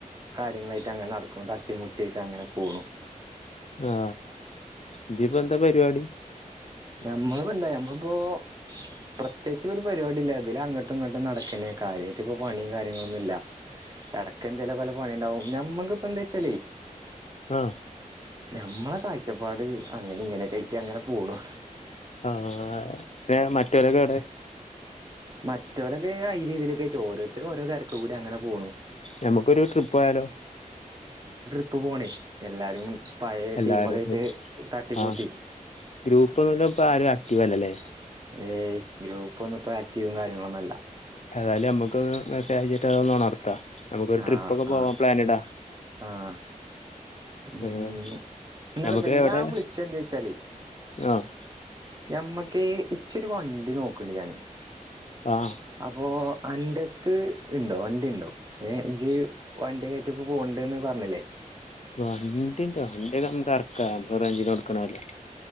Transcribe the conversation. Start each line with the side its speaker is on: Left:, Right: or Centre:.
Right: കാര്യങ്ങളായ്ട്ടങ്ങനെ നട്ക്കും തട്ടിമുട്ടിയ്ട്ടങ്ങനെ പോണു
Left: ആ ഇതിപ്പെന്താ പരിപാടി
Right: ഞമ്മള് പണ്ടേ നമ്മളിപ്പോ പ്രത്യേയ്ച് ഒരു പരിപാടില്ല ഇതിലെ അങ്ങോട്ടും ഇങ്ങോട്ടും നടക്കന്നെ കാര് എനിക്കിപ്പ പണിം കാര്യങ്ങളൊന്നുവില്ല എടകെന്തേലുവൊകെ വെല്ല പണിയ്ണ്ടാവും ഞമ്മക്കിപ്പെന്താ വെച്ചാലേ
Left: ആ
Right: ഞമ്മളെ കായ്ച്ചപ്പാട് അങ്ങനെ ഇങ്ങനൊക്കായ്ട്ട് അങ്ങനെ പോണു
Left: ആഹ് പിന്നെ മറ്റൊരൊക്കെ എവ്ടെ
Right: മറ്റോരൊക്കെ അയ്ലെ ഇതിലെ ഒക്കെ ആയ്ട്ട് പോവും ഓരോര്ത്തരും ഓരോരൊ തരക് കൂടി അങ്ങനെ പോണു
Left: ഞമ്മക്കൊരു ട്രിപ്പോയാലോ
Right: ഇപ്പ പോണേ എല്ലാരും പഴയ
Left: എല്ലാരും
Right: ടീമൊക്കെ ആയിട്ട് തട്ടിക്കൂട്ടി
Left: ആ ഗ്രൂപ്പ്നിന്നു ഇപ്പ ആരു ആക്റ്റീവല്ലല്ലേ
Right: ഏയ് ഗ്രൂപ്പൊന്നും പ്പം ആക്ടീവും കാര്യങ്ങളൊന്നു അല്ല
Left: ഏതായാലും നമ്മക്ക് ഒന്ന് മെസ്സേജ് അയ്ച്ചിട്ട് അത് നൊണ <unintelligible> നമുക്കൊരു
Right: ആഹ്
Left: ട്രിപ്പൊക്കെ പോവാ
Right: ആഹ്
Left: പ്ലാനിടാ
Right: ആഹ് ഉം
Left: ഏഹ്
Right: എന്നിട്ട്
Left: ഞമുക്ക്
Right: എന്തൊക്കെ
Left: എവ്ടെ
Right: ഞാൻ വിളിച്ച എന്താ വെച്ചാലേ
Left: ആഹ്
Right: ഞമ്മക്ക് ഇച്ചൊരു വണ്ടി നോക്കണ്ട് ഞാന്
Left: ആഹ്
Right: അപ്പോ അന്റത്ത് ഇണ്ടോ വണ്ടിണ്ടോ ജ് വണ്ടിയൊകായ്ട്ടിപ്പോ പോണ്ടെന്ന് പറ്ഞ്ഞില്ലേ
Left: വണ്ടി വണ്ടിയൊക്കെ നമുക്ക് ഇറക്കാം റെന്റിന് കൊടുക്കണല്ലേ